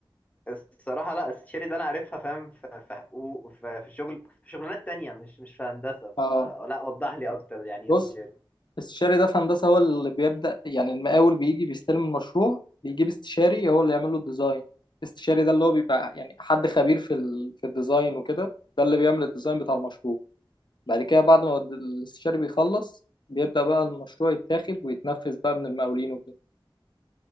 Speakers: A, on the left (about 15°); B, on the left (about 55°).
A: الصراحة لا الشيري ده أنا عارفها فاهم في في حقوق في في شغل في شغلانات تانية مش مش في هندسة
B: اه
A: فلا وضح لي أكتر يعني إيه
B: بص
A: استشاري
B: الاستشاري ده في هندسة هو اللي بيبدأ يعني المقاول بيجي بيستلم المشروع بيجيب استشاري هو اللي يعمل له الديزاين الاستشاري ده اللي هو بيبقى يعني حد خبير في ال... في الديزاين وكده ده اللي بيعمل الديزاين بتاع المشروع بعد كده بعد ما الاستشاري بيخلص بيبدأ بقى المشروع يتاخد ويتنفذ بقى من المقاولين وكده